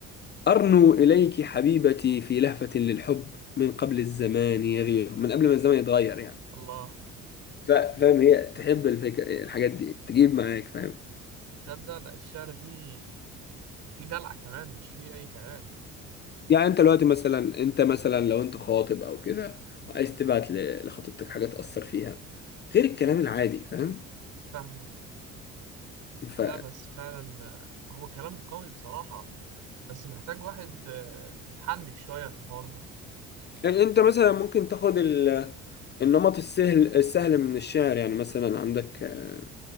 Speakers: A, on the left; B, on the right.
A: أرنو إليك حبيبتي في لهفة للحب من قبل الزمان يغير من قبل ما الزمان يتغير يعني
B: الله
A: ف- فاهم هي تحب الفكرة الحاجات دي تجيب معاك فاهم
B: تصدق لا الشعر فيه فيه دلعه كمان مش فيه اي كلام
A: يعني انت دلوقتي مثلا انت مثلا لو انت خاطب او كده وعايز تبعت ل- لخطيبتك حاجه تأثر فيها غير الكلام العادي فاهم
B: فاهمك
A: ف
B: لا بس فعلا هو كلام قوي بصراحه بس محتاج واحد آه، متحنك شويه في الحوار ده
A: يعني انت مثلا ممكن تاخد ال... النمط السهل السهل من الشعر يعني مثلا عندك آه،